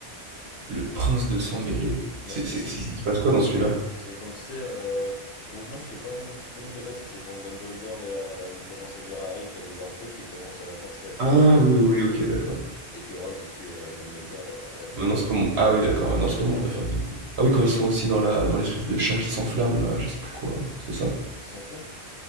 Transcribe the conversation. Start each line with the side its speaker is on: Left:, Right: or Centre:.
Right: le prince de sang mêlé.
Left: Ouais,
Right: C'est
Left: c'est
Right: c'est
Left: le six
Right: c'est il se passe quoi dans celui-là?
Left: C'est quand tu sais, euh, bon, moi je sais pas mon, c'est pas mon préféré, c'est c'est quand Dumbledore et, euh, il commence à dire à Harry qu'il y a des Horcruxes, et commence à la fin tu sais, à le chercher
Right: Ah
Left: avec
Right: oui, oui,
Left: lui
Right: oui,
Left: et tout,
Right: OK,
Left: et que
Right: d'accord.
Left: et que Rogue il tue euh, Dumbledore euh, à la tour,
Right: Ah non, c'est
Left: euh,
Right: pas mon. Ah oui, d'accord. Ah Non,
Left: à
Right: c'est
Left: l'observatoire.
Right: pas mon préféré non plus. Ah oui, quand ils sont aussi dans la dans l'espèce de chambre qui s'enflamme, là, je sais plus quoi. C'est ça?
Left: Un film qui s'enflamme.